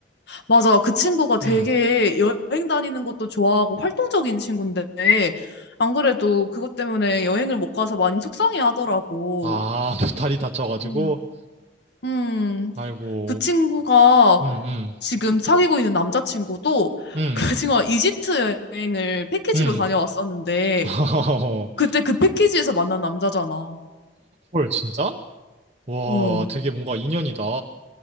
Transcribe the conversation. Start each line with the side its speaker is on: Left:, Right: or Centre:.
Left: 맞아. 그 친구가 되게
Right: 응.
Left: 여행 다니는 것도 좋아하고 활동적인 친구인데 안 그래도 그것 때문에 여행을 못 가서 많이 속상해 하더라고.
Right: 아, <laughs> 다리 다쳐가지고.
Left: 음. 음,
Right: 아이고.
Left: 그 친구가
Right: 음, 음,
Left: 지금 사귀고 있는 남자친구도 <laughs>
Right: 음,
Left: 그 친구가 이집트 여행을 패키지로
Right: 음.
Left: 다녀왔었는데
Right: <laughs>
Left: 그때 그 패키지에서 만난 남자잖아.
Right: 헐, 진짜? 와,
Left: 어.
Right: 되게 뭔가 인연이다.